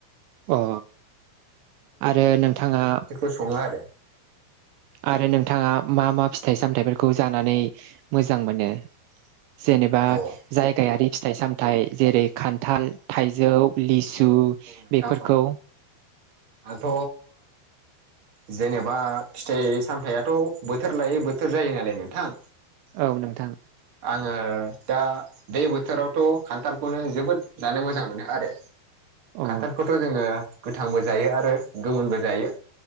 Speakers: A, on the right; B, on the right.
A: अ आरो नोंथाङा
B: संङो आरो
A: आरो नोंथाङा मा मा फिथाइ सामथायाइफोरखौ जानानै मोजां मोनो जेनेबा
B: अ औ
A: जायगायारि फिथाइ सामथायाइ जेरै खान्थाल थाइजौ लिसु
B: औ नोंथां
A: बेफोरखौ
B: औ आंथ जेनेबा फिथाइ सामथायाइआथ बोथोर लायै बोथोर जायो नालाय नोंथां
A: औ नोंथां
B: आंङो दा बे बोथोरावथ खान्थालखौनो जोबोद जानो मोजां मोनो आरो
A: अ
B: खान्थालखौथ जोङो गोथांबो जायो आरो गोमोनबो जायो